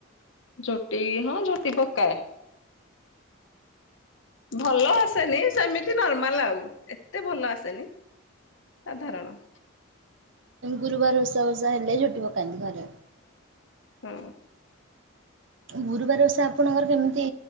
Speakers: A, on the left; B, on the right.
A: ଝୋଟି ହଁ ଝୋଟି ପକାଏ। ଭଲ ଆସେନି ସେମିତି ନର୍ମାଲ ଆଉ। ଏତେ ଭଲ ଆସେନି। ସାଧାରଣ।
B: ଗୁରୁବାର ଓଷା ଓଷା ହେଲେ ଝୋ। <inaudible> ଘରେ।
A: ହୁଁ।
B: ଗୁରୁବାର ବଷା ଆପଣଙ୍କର କେମିତି